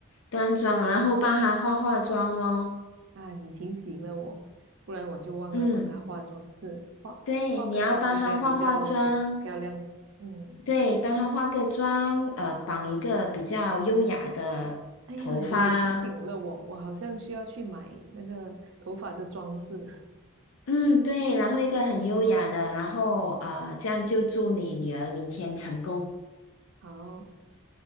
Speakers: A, on the left (about 80°); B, on the right (about 70°).
A: 端庄，然后帮他化化妆咯。
B: 啊，你提醒了我，不然我就忘了帮他化妆是化化个妆应该比较漂亮。
A: 嗯，对，你要帮他化化妆，
B: 嗯，
A: 对，帮他化个妆，呃，绑一个比较优雅的头发。
B: 哎呀，你也提醒了我，我好像需要去买那个头发的装饰。<laughs>
A: 嗯，对，然后一个很优雅的，
B: 哎，
A: 然后呃，这样就祝你女儿明天成功。
B: 好，